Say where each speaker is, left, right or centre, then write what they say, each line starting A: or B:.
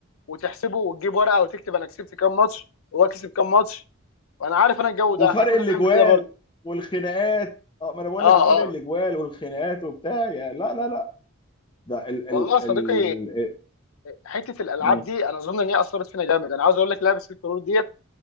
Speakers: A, on the left; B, on the left.
A: وتحسبه وتجيب ورقه وتكتب انا كسبت كام ماتش وهو كسب كام ماتش وانا عارف انا الجو ده
B: وفرق
A: احنا كنا
B: الاجوال
A: بنعمل كده برضه
B: والخناقات اه ما انا بقول
A: اه
B: لك وفرق
A: اه
B: الاجوال والخناقات وبتاع يا لا لا لا ده ال
A: والله
B: ال
A: يا صديقي
B: ال
A: حته الالعاب
B: م-
A: دي انا اظن ان هي اثرت فينا جامد انا عاوز اقول لك لعبه الكرور ديت